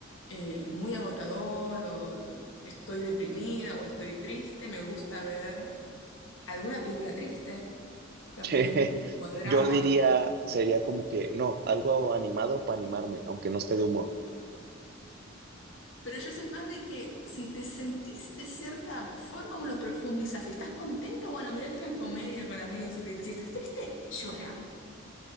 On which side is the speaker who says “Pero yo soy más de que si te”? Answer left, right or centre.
Left